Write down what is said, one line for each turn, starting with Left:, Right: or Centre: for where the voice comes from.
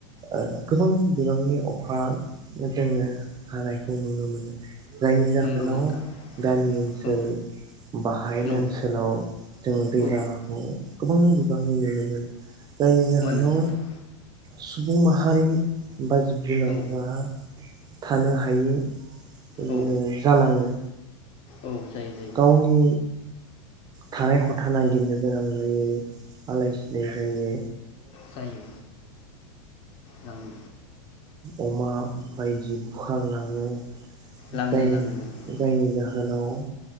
Right: ओ गोबां बिबांनि अखा जोङो हानायखौ नुनो मोनो जायनि जाहोनाव
Left: नंगौ नोंथां
Right: गामि ओनसोल
Left: औ
Right: बा हायेन
Left: औ
Right: ओनसोलाव जों दैबानाखौ
Left: औ
Right: गोबां बिबांनि नुनो मोनो जायनि जाहोनाव
Left: मोनो नोंथां
Right: सुबुं माहारि बा जिब जुनारफोरा
Left: औ
Right: थानो हायि ओ
Left: औ
Right: जालाङो
Left: औ जायो जायो
Right: गावनि थानाय खथा नागिरनो गोनां जायो आलाय सिलाय जायो
Left: जायो लाङो
Right: अमा बायदि बुखारलाङो
Left: लाङो
Right: जायनि
Left: लाङो लाङो
Right: जायनि जाहोनाव जाहोनाव